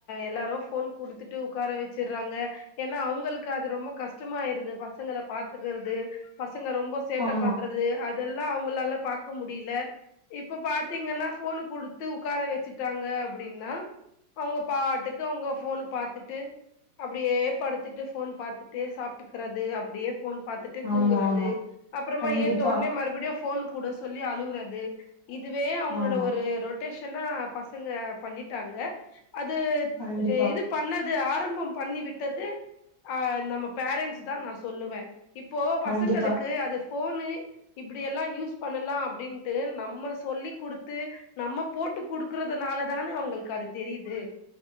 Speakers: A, on the left; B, on the right.
A: எல்லாரும் போன் குடு த்துட்டு உட்கார வச்சறாங்க ஏன்னா அவங்களுக்கு அது ரொம்ப கஷ்டமாயிடுது பசங்களை பாத்துக்கறது ப சங்க ரொம்ப சேட்டை
B: ஆமா
A: பண்றது அதெல்லாம் அவங்களால பாக்க முடியல இப்ப பாத்தீங்கன்னா போனு கொடுத்து உக்கார வச்சுட்டாங்க அப்படின்னா அவங்க பாட்டுக்கு அவங்க போனு ப டுத்துட்டு அப்படியே படுத்துட்டு போன் பத்துட்டே சாப்பிட்டுக்கிறது அப்படியே போன் பாத்துட்டு
B: ஆமா
A: தூங்குறது
B: ஆமா
A: அப்புறமா
B: கண்டிப்பா
A: ஏந்த உடனே மறுபடியு போன் கூடு சொல்லி அழுவுறது இதுவே அவங்களோட
B: ஆமா
A: ஒரு ரொட்டேஷனா பசங்க பண்ணிட்டாங்க அது
B: கண்டிப்பா
A: இது பன்னது ஆரம்பம் பண்ணி விட்டது அஹ் நம்ம பேரண்ட்ஸ் தான் நான் சொல்லுவேன் இப்போ
B: கண்டிப்பா
A: பசங்களுக்கு அது போனு இப்டில்லாம் யூஸ் பண்ணலாம் அப்படின்ட்டு நம்ம சொல்லிக் கொடுத்து நம்ம போட்டு போட்டு குடுக்கறதுனால தானே அவங்களுக்கு அது தெரியுது